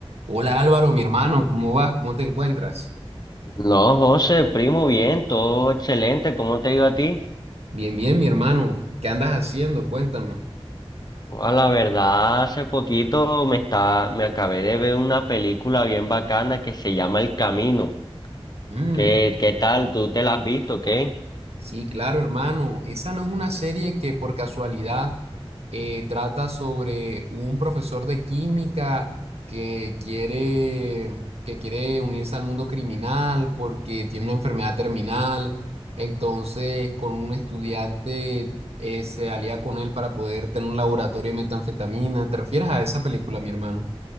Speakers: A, on the right; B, on the left.
A: Hola Álvaro, mi hermano, ¿cómo vas? ¿Cómo te encuentras?
B: No, José, primo, bien, todo excelente. ¿Cómo te ha ido a ti?
A: Bien, bien, mi hermano. ¿Qué andas haciendo? Cuéntame.
B: A la verdad, hace poquito me está, me acabé de ver una película bien bacana que se llama El Camino.
A: Mm,
B: ¿Qué, qué tal? ¿Tú te la has visto, qué?
A: sí, claro, hermano. Esa no es una serie que por casualidad eh, trata sobre un profesor de química que quiere, que quiere unirse al mundo criminal porque tiene una enfermedad terminal. Entonces, con un estudiante eh, se alía con él para poder tener un laboratorio de metanfetamina. ¿Te refieres a esa película, mi hermano?